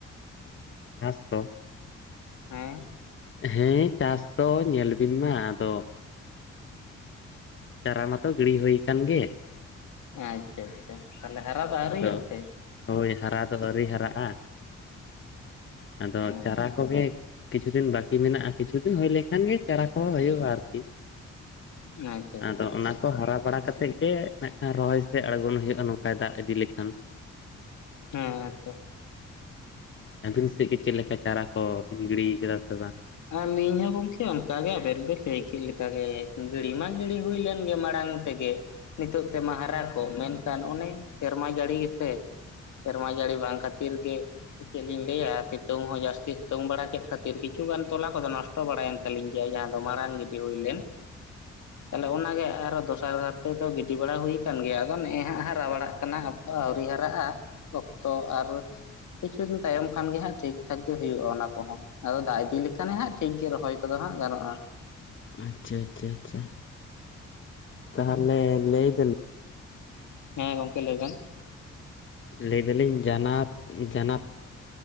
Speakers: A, on the left; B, on the left.
A: <unintelligible>
B: ᱦᱮᱸ᱾
A: ᱦᱮᱸ ᱪᱟᱥ ᱫᱚ ᱧᱮᱞ ᱵᱤᱱ ᱢᱟ ᱟᱫᱚ ᱪᱟᱨᱟ ᱢᱟᱛᱚ ᱜᱤᱲᱤ ᱦᱳᱭ ᱠᱟᱱ ᱜᱮ᱾
B: ᱟᱪᱪᱷᱟ- ᱟᱪᱪᱷᱟ ᱛᱟᱞᱦᱮ ᱦᱟᱨᱟ ᱫᱚ
A: ᱟᱫᱚ
B: ᱟᱹᱣᱨᱤ ᱭᱟᱜ ᱛᱮ?
A: ᱦᱳᱭ ᱦᱟᱨᱟ ᱫᱚ ᱟᱹᱣᱨᱤ ᱦᱟᱨᱟᱜ-ᱟ ᱟᱫᱚ
B: ᱟᱪᱪᱷᱟ
A: ᱪᱟᱨᱟ ᱠᱚᱜᱮ ᱠᱤᱪᱷᱩ ᱫᱤᱱ ᱵᱟᱠᱤ ᱢᱮᱱᱟᱜ-ᱟ ᱠᱤᱪᱷᱩ ᱫᱤᱱ ᱦᱩᱭ ᱞᱮᱠᱷᱟᱱ ᱜᱮ ᱪᱟᱨᱟ ᱠᱚᱦᱚᱸ ᱦᱩᱭᱩᱜ-ᱟ ᱟᱨᱠᱤ᱾
B: ᱟᱪᱪᱷᱟ ᱟᱪᱪᱷᱟ
A: ᱟᱫᱚ ᱚᱱᱟ ᱠᱚ ᱦᱟᱨᱟ ᱵᱟᱲᱟ ᱠᱟᱛᱮ ᱜᱮ ᱢᱤᱫ ᱴᱮᱱ ᱨᱚᱦᱚᱭ ᱥᱮᱜ ᱟᱬᱜᱚᱱ ᱦᱩᱭᱩᱜ-ᱟ ᱱᱚᱝᱠᱟᱭ ᱫᱟᱜ ᱤᱫᱤ ᱞᱮᱠᱷᱟᱱ᱾
B: <unintelligible>
A: ᱟᱹᱵᱤᱱ ᱥᱮᱫ ᱜᱮ ᱪᱮᱫ ᱞᱮᱠᱟ ᱪᱟᱨᱟ ᱠᱚᱵᱤᱱ ᱜᱤᱲᱤ ᱠᱟᱫᱟ ᱥᱮ ᱵᱟᱝ?
B: ᱟᱞᱤᱧ ᱦᱚᱸ ᱜᱚᱝᱠᱮ ᱚᱱᱠᱟ ᱜᱮ ᱟᱵᱮᱱ ᱵᱮᱱ ᱞᱟᱹᱭ ᱠᱮᱫ ᱞᱮᱠᱟ ᱜᱮ ᱜᱤᱲᱤ ᱢᱟ ᱜᱤᱲᱤ ᱦᱩᱭ ᱞᱮᱱ ᱜᱮ ᱢᱟᱲᱟᱝ ᱛᱮᱜᱮ ᱱᱤᱛᱚᱜ ᱛᱮᱢᱟ ᱦᱟᱨᱟ ᱠᱚᱜ ᱢᱮᱱᱠᱷᱟᱱ ᱚᱱᱮ ᱥᱮᱨᱢᱟ ᱡᱟᱹᱲᱤ ᱜᱮᱥᱮ ᱥᱮᱨᱢᱟ ᱡᱟᱲᱤ ᱵᱟᱝ ᱠᱷᱟᱹᱛᱤᱨ ᱜᱮ ᱪᱮᱫ ᱞᱤᱧ ᱞᱟᱹᱭᱟ ᱥᱤᱛᱩᱝ ᱦᱚᱸ ᱡᱟᱥᱛᱤ ᱥᱤᱛᱩᱝ ᱵᱟᱲᱟ ᱠᱮᱫ ᱠᱷᱟᱹᱛᱤᱨ ᱠᱤᱪᱷᱩ ᱜᱟᱱ ᱛᱚᱞᱟ ᱠᱚᱫᱚ ᱱᱚᱥᱴᱚ ᱵᱟᱲᱟᱭᱮᱱ ᱛᱟᱹᱞᱤᱧ ᱜᱮᱭᱟ ᱡᱟᱦᱟᱸ ᱫᱚ ᱢᱟᱲᱟᱝ ᱜᱤᱰᱤ ᱦᱩᱭ ᱞᱮᱱ᱾ ᱛᱟᱞᱦᱮ ᱚᱱᱟ ᱜᱮ ᱟᱨᱚ ᱫᱚᱥ <unintelligible> ᱛᱮᱫᱚ ᱜᱤᱰᱤ ᱵᱟᱲᱟ ᱦᱩᱭ ᱠᱟᱱ ᱜᱮᱭᱟ ᱟᱫᱚ ᱱᱮᱜ-ᱮ ᱦᱟᱸᱜ ᱦᱟᱨᱟ ᱵᱟᱲᱟᱜ ᱠᱟᱱᱟ ᱟᱫᱚ ᱟᱣᱨᱤ ᱦᱟᱨᱟᱜ-ᱟ᱾ ᱚᱠᱛᱚ ᱟᱨ ᱠᱤᱪᱷᱩ ᱫᱤᱱ ᱛᱟᱭᱚᱢ ᱠᱷᱟᱱ ᱜᱮ ᱦᱟᱸᱜ ᱴᱷᱤᱠ ᱴᱷᱟᱠ ᱜᱮ ᱦᱩᱭᱩᱜ-ᱟ ᱚᱱᱟ ᱠᱚᱦᱚᱸ ᱟᱫᱚ ᱫᱟᱜ ᱤᱫᱤ ᱤᱫᱤ ᱞᱮᱠᱷᱟᱱᱮ ᱦᱟᱸᱜ ᱴᱷᱤᱠ ᱜᱮ ᱨᱚᱦᱚᱭ ᱠᱚᱫᱚ ᱦᱟᱸᱜ ᱜᱟᱱᱚᱜ-ᱟ᱾
A: ᱟᱪᱪᱷᱟ, ᱟᱪᱪᱷᱟ, ᱟᱪᱪᱷᱟ ᱛᱟᱦᱞᱮ ᱞᱟᱹᱭ ᱫᱟ
B: ᱦᱮᱸ ᱜᱚᱝᱠᱮ ᱞᱟᱹᱭ ᱵᱮᱱ᱾
A: ᱞᱟᱹᱭ ᱫᱟᱞᱤᱧ ᱡᱟᱱᱟᱛ ᱡᱟᱱᱟᱛ